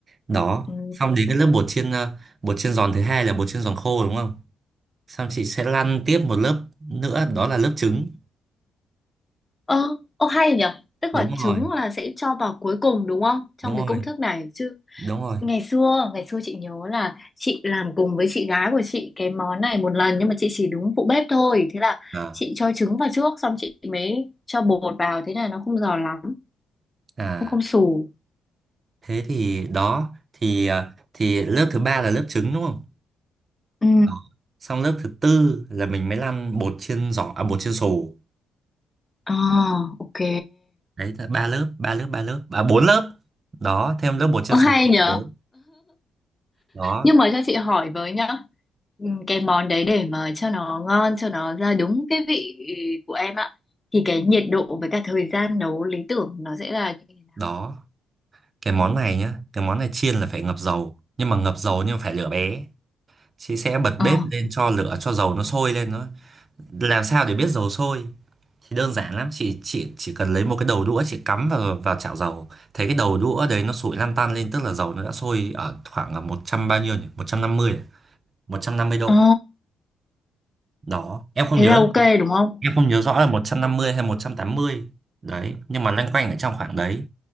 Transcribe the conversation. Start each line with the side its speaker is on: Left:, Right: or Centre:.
Right: đó
Left: Ừ.
Right: xong đến cái lớp bột chiên ờ, bột chiên giòn thứ hai là bột chiên giòn khô đúng không xong chị sẽ lăn tiếp một lớp nữa đó là lớp trứng
Left: Ơ, ô hay nhỉ? Tức
Right: đúng
Left: là trứng
Right: rồi
Left: là sẽ cho vào cuối cùng đúng không? Trong
Right: đúng rồi
Left: cái công thức này chứ.
Right: đúng rồi
Left: Ngày xưa, ngày xưa chị nhớ là chị làm cùng với chị gái của chị cái món này một lần nhưng mà chị chỉ đúng phụ bếp thôi. Thế là
Right: à,
Left: chị cho trứng vào trước xong chị mới cho bột vào thế là nó không giòn lắm,
Right: à
Left: cũng không xù.
Right: thế thì đó thì ờ, thì lớp thứ ba là lớp trứng đúng không
Left: Ừ.
Right: đó xong lớp thứ tư là mình mới lăn bột chiên giòn à bột chiên xù
Left: À, ok.
Right: đấy là ba lớp ba lớp ba lớp à bốn lớp đó thêm lớp bột chiên
Left: Ô hay
Right: xù là
Left: nhỉ?
Right: bốn đó
Left: Nhưng mà cho chị hỏi với nhá, ừ, cái món đấy để mà cho nó ngon, cho nó ra đúng cái vị của em ạ, thì cái nhiệt độ với cả thời gian nấu lý tưởng nó sẽ là như thế nào?
Right: đó cái món này nhá cái món này chiên là phải ngập dầu nhưng mà ngập dầu nhưng phải lửa bé chị sẽ bật
Left: Ờ,
Right: bếp lên cho lửa cho dầu nó sôi lên nó làm sao để biết dầu sôi thì đơn giản lắm chị chị chỉ cần lấy một cái đầu đũa chị cắm vào vào chảo dầu thấy cái đầu đũa đấy nó sủi lăn tăn lên tức là dầu nó đã sôi ở khoảng là một trăm bao nhiêu nhỉ một trăm năm mươi à? một trăm năm mươi độ
Left: ờ,
Right: đó em không
Left: thế
Right: nhớ
Left: là ok đúng không?
Right: em không nhớ rõ là một trăm năm mươi hay một trăm tám mươi đấy nhưng mà loanh quanh ở trong khoảng đấy